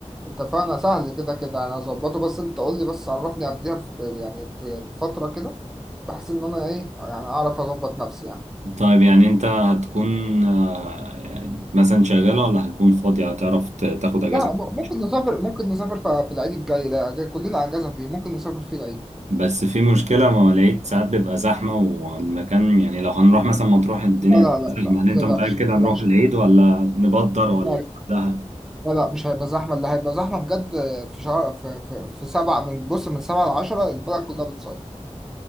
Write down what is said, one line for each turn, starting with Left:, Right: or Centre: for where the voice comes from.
Centre: اتفقنا سهل كده كده انا هظبطه بس انت قول لي بس عرفني قبلها ب- يعني بفترة كده بحيث ان انا ايه يعني اعرف اظبط نفسي يعني
Right: طيب يعني انت هتكون آه، يعني مثلا شغالة ولا هتكون فاضية هتعرف ت- تاخد اجازة
Centre: لا م- ممكن نسافر ممكن نسافر ف- في العيد الجاي ده جاي- كلنا اجازة فيه ممكن نسافر فيه العيد
Right: بس في مشكلة ما لقيت ساعات بيبقى زحمة والمكان يعني لو هنروح مثلا مطروح الدنيا
Centre: لا لا
Right: هتبقى
Centre: لا
Right: زحمة
Centre: لا ما
Right: هل انت
Centre: تقلقش
Right: متأكد
Centre: ما
Right: هنروح
Centre: تقلقش
Right: العيد ولا نبدر ولا
Centre: لا
Right: ده
Centre: لا لا، مش هيبقى زحمة اللي هيبقى زحمة بجد في شهر في, في, في سبعة من بص من سبعة لعشرة البلد كلها بتصيف